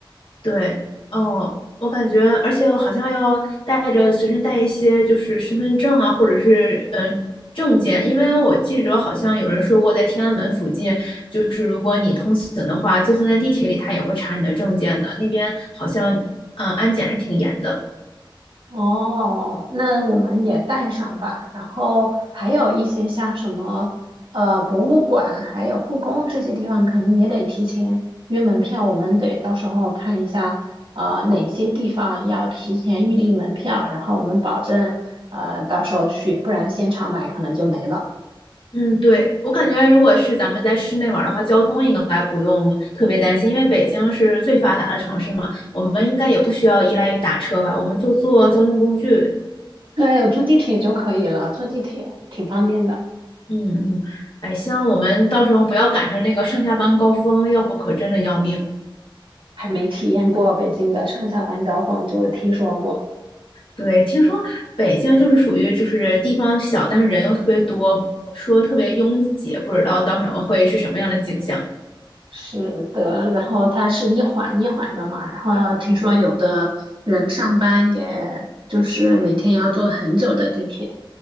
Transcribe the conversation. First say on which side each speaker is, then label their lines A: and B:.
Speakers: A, on the left; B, on the right.
A: 对，哦，我感觉，而且我好像要带着随身带一些，就是身份证啊，或者是嗯、呃证件，因为我记着好像有人说过，在天安门附近，就是如果你通行的话，就算在地铁里，他也会查你的证件的。那边好像嗯、呃安检还挺严的。
B: 哦，那我们也带上吧。然后还有一些像什么呃博物馆，还有故宫这些地方，可能也得提前约门票。我们得到时候看一下，呃哪些地方要提前预订门票，然后我们保证呃到时候去，不然现场买可能就没了。
A: 嗯，对，我感觉如果是咱们在室内玩儿的话，交通应该不用特别担心，因为北京是最发达的城市嘛，我们应该也不需要依赖于打车吧，我们就坐交通工具
B: 对，我坐地铁就可以了，坐地铁挺方便的，
A: 嗯嗯，哎，希望我们到时候不要赶上那个上下班高峰，要不可真的要命。
B: 还没体验过北京的上下班高峰，就听说过。
A: 对，听说北京就是属于就是地方小，但是人又特别多，说特别拥挤，不知道到时候会是什么样的景象。
B: 是的，然后它是一环一环的嘛，然后听说有的人上班也就是每天要坐很久的地铁，